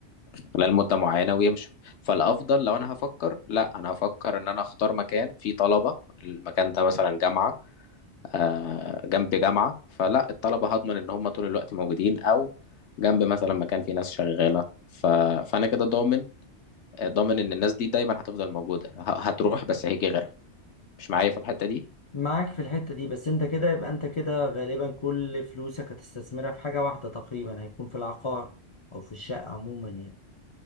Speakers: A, on the left; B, on the left.
A: خلال مده معينه ويمشوا فالافضل لو انا هفكر لا انا هفكر ان انا اختار مكان فيه طلبه المكان ده مثلا جامعه آه جنب جامعه فلا الطلبه هضمن ان هم طول الوقت موجودين او جنب مثلا مكان فيه ناس شغاله ف... فانا كده ضامن آه، ضامن ان الناس دي دايما هتفضل موجوده ه- هتروح بس هيجي غيرها مش معايا في الحته دي
B: معاك في الحتة دي بس انت كده يبقى انت كده غالبا كل فلوسك هتستثمرها في حاجة واحدة تقريبا هيكون في العقار او في الشقة عموما يعني